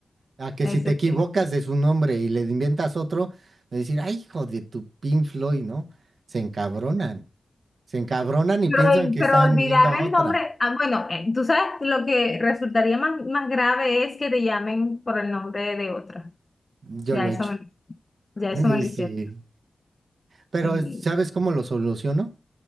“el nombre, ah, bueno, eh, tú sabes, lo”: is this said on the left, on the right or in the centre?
Left